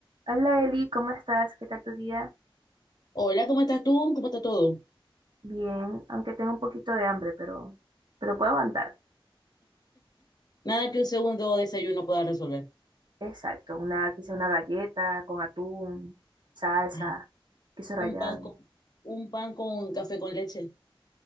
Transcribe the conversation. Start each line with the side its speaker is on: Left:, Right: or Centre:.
Right: Hola Eli, ¿cómo estás? ¿Qué tal tu día?
Left: Hola, ¿cómo estás tú? ¿Cómo está todo?
Right: Bien, aunque tengo un poquito de hambre, pero, pero puedo aguantar.
Left: Nada que un segundo desayuno pueda resolver.
Right: Exacto, una, quizá una galleta con atún, salsa,
Left: Ay,
Right: queso rallado.
Left: un pan con, un pan con café con leche.